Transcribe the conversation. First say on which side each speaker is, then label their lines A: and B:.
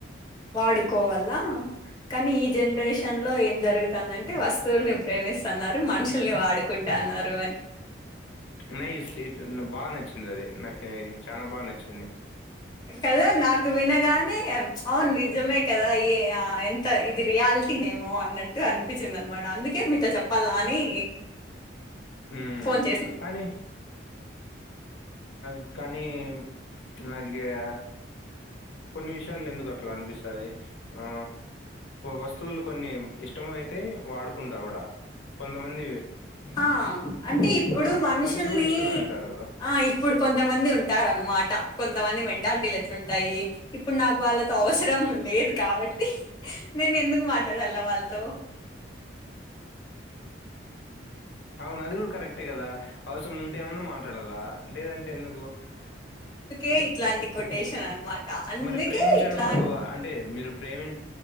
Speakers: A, on the left; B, on the left.
A: వాడుకోవల్లా కానీ ఈ జనరేషన్లో ఏం జరుగుతాందంటే వస్తువుల్ని ప్రేమిస్తన్నారు మనుషు అలుని ఆడుకుంటా అన్నారు అని
B: నై ఈ స్లీట్ న బాగా నచ్చింది అది నాకి చానా బాగా నచ్చింది
A: కద నాకు వినగానే అవును నిజమే కదా ఏ ఎంత ఇది రియాలిటీనేమో అన్నట్టు అనిపించింది అనమాట అందుకే మీతో చెప్పల్లా అని
B: ఉమ్
A: ఫోన్ చేసిన
B: కానీ అ కానీ నాకిగా కొన్ని విషయాలు ఎందుకు అట్లా అనిపిస్తాది ఆ వస్తువులు కొన్ని ఇష్టం అయితే వాడుకుంటా కూడా కొంతమంది
A: ఆ అంటే ఇప్పుడు
B: ఆ
A: మనుషుల్ని
B: మనుషులు కూడా ఇష్టమే అంటారు కదా
A: ఆ ఇప్పుడు కొంతమంది ఉంటారు అన్నమాట కొంతమంది మెంటాలిటీలు ఎట్లుంటాయి ఇప్పుడు నాకు వాళ్ళతో అవసరం లేదు కాబట్టి నేను ఎందుకు మాట్లాడాల్ల వాళ్ళతో
B: అవును అది కూడా కరెక్టే కదా అవసరం ఉంటే ఏమన్నా మాట్లాడల్ల లేదంటే ఎందుకు
A: ఏ ఇట్లాంటి కొటేషన్ అనమాట అందుకే
B: మరి ప్రేమించడం
A: ఇట్లా
B: కూడా అంటే మీరు ప్రేమి